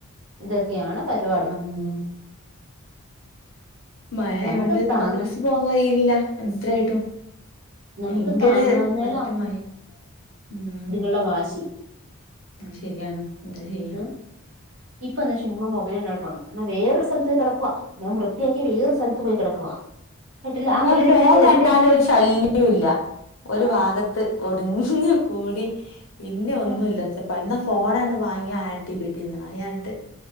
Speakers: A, on the right (about 60°); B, on the left (about 60°).
A: ഇതൊക്കെയാണ് പരി
B: ആഹ് മഴ
A: നമുക്ക്
B: ആയൊണ്ട്
A: താങ്ങ
B: മദ്രസ് ഇൻക്ക് പോവാാൻ കഴിയില്ല എത്രായിട്ടും
A: നമുക്ക്
B: ഭയങ്കര
A: താങ്ങാവുന്നതിലും
B: കാറ്റും മഴിം ഉം
A: ഉള്ള വാശി
B: ശരിയാണ് എന്താ ചെയ്യ
A: ഉം ഇപ്പൊ എന്നാ ചുമ്മാ മൊബെലും കണ്ട് കിടക്കുവാ എന്ന വേറൊരു സ്ഥലത്ത് കിടക്കുക ഞാൻ വൃത്തിയാക്കി വേറൊരു സ്ഥലത്ത്- പോയി കിടക്കുവാ കേട്ടില്ല
B: എന്നാ
A: ആ കള്ളിയുടെ
B: ഫോൺ
A: പിന്നെ കേറിയിട്ടേ
B: കണ്ടാല് ഒരു ശല്യവും ഇല്ല ഒരു
A: ആ
B: ഭാഗത്ത് ഒതുങ്ങി കൂടി പിന്നെ ഒന്നുല്ല
A: ആ
B: പ- ഫോണാണ്ട് വാങ്ങിയ ആടി പിടി നായാട്ട്